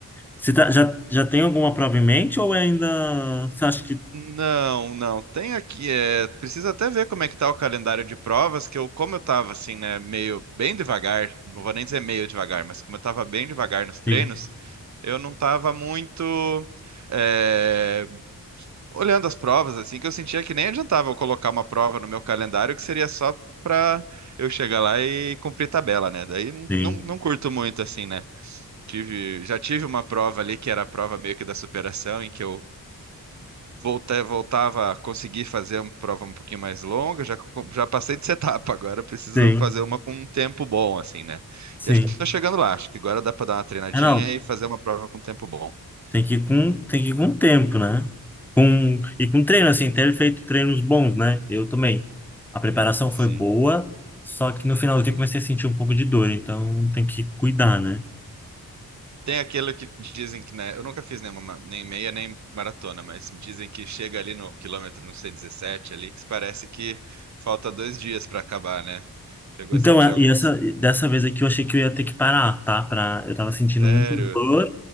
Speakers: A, in the centre; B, on the right.
A: Você tá- já, já tem alguma prova em mente ou ainda você acha que
B: Não, não. Tem aqui, é, precisa até ver como é que tá o calendário de provas, que eu, como eu tava assim, né, meio bem devagar, não vou nem dizer meio devagar, mas como eu tava bem devagar nos treinos,
A: sim,
B: eu não tava muito é, olhando as provas, assim, que eu sentia que nem adiantava eu colocar uma prova no meu calendário, que seria só pra eu chegar lá e cumprir tabela, né? Daí não,
A: sim,
B: não não curto muito, assim, né? Tive, já tive uma prova ali que era a prova meio que da superação, em que eu voltei, voltava a conseguir fazer uma prova um pouquinho mais longa, já, já passei de <laughs> etapa, agora eu preciso
A: sim,
B: fazer uma com um tempo bom, assim, né?
A: sim.
B: E acho que estou chegando lá, acho que agora dá para dar uma treinadinha
A: É, não,
B: e fazer uma prova com tempo bom.
A: tem que ir com, tem que ir com tempo, né? Com, e com treino, assim, ter feito treinos bons, né? Eu também. A preparação
B: Sim, sim.
A: foi boa, só que no final
B: Uhum.
A: finalzinho eu comecei a sentir um pouco de dor, então tem que cuidar, né?
B: Tem aquele que dizem que, né? Eu nunca fiz nenhuma, nem meia nem maratona, mas dizem que chega ali no quilômetro, não sei, 17 ali, que parece que falta dois dias para acabar, né? Chegou
A: Então,
B: a sentir
A: é-
B: alguma.
A: e essa,
B: assim?
A: dessa vez aqui eu achei que eu ia ter que parar, tá? Pra, eu tava sentindo
B: Sério?
A: muito dor.